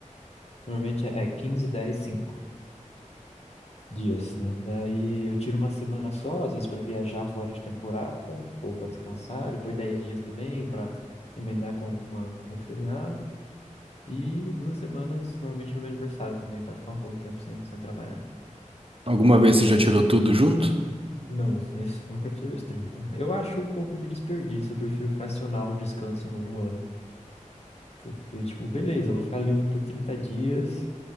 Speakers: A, on the left; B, on the right.
A: Normalmente é é 15, 10, 5 dias, né? Daí eu tiro uma semana só, às vezes para viajar fora de temporada, ou para descansar, depois 10 dias também para emendar com alguma, algum feriado. E duas semanas, normalmente no meu aniversário também, para ficar um bom tempo sem, sem trabalhar.
B: Alguma vez você já tirou tudo junto?
A: Não, esse, nunca tirei os 30. Eu acho um pouco de desperdício, eu prefiro fracionar o descanso no, no ano. Porque, tipo, beleza, eu vou ficar livre por 30 dias,